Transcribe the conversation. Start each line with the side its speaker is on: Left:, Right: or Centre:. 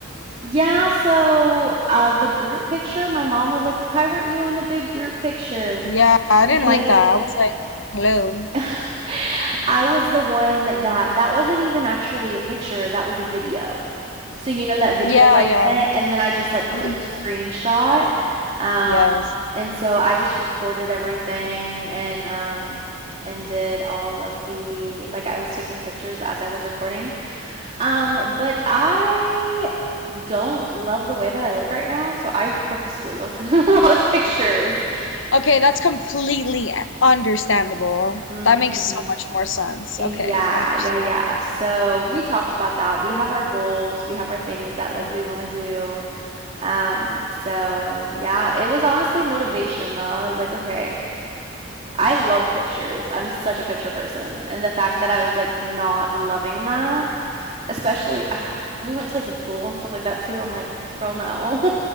Right: Yeah, so uh the group picture, my mom was like, "Why weren't you in the big group picture?"
Left: Yeah, I
Right: Because
Left: didn't like that. I was like, hello.
Right: <laughs> I was the one that that wasn't even actually a picture, that was a video. So you know that video
Left: Yeah,
Right: I
Left: yeah.
Right: sent, and then I just like clicked
Left: Mm-hmm.
Right: screenshot. Um,
Left: Yes.
Right: and so I just recorded everything and um and did all of the like I was taking pictures as I was recording. Um, but I don't love the way that I look right now, so I purposefully wasn't <laughs> in a lot of pictures.
Left: Okay, that's completely understandable.
Right: hmm
Left: That makes so much more sense.
Right: Yeah,
Left: Okay, I understand.
Right: yeah, yeah. So we talked about that. We have our goals, we have our things that like we want to do. Um, so yeah, it was honestly motivation though. I was like, okay, I love pictures. I'm such a picture person. And the fact that I was like not loving that, especially uh, we went to like the pool and stuff like that too. I'm like, girl, no. <laughs>